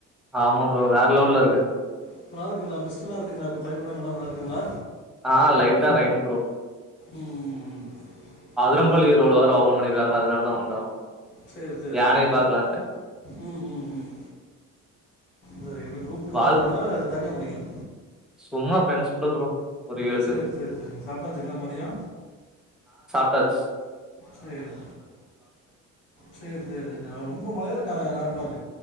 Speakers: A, in the centre; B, on the left.
A: ஆமா ப்ரோ வேற லெவல்ல இருக்கு
B: இப்ப நல்ல இருக்குங்களா மிஸ்டுல இருக்குங்க இப்ப கிளைமேட நல்ல நல்ல இருக்குங்களா
A: ஆ லைட்டா ரெயின் ப்ரோ
B: ம் ம், ம். சரி
A: அதரம்பள்ளி ரோடு வேற ஓபன் பண்ணிருக்காங் அதனால தா வந்தோ
B: சேரி சேரி
A: யானைய
B: சேரிங்க
A: பாக்கலான்ட்டு
B: ம் ம் ம் சேரிங் எப்படி குரூப்டூரா
A: வால்
B: போனீங்களா தனியா போனீங்களா
A: சும்மா ஃப்ரெண்ட்ஸ் கூட ப்ரோ ஒரு ஏழு
B: சேரி
A: பேர்
B: சேரி சேரிங்க சாப்பிடாச்சுங்களா மதியோ
A: தச்
B: சேரி சேரி சேரி சேரிங்க ரொம்ப மழையில இல்ல க நார்மலா இருக்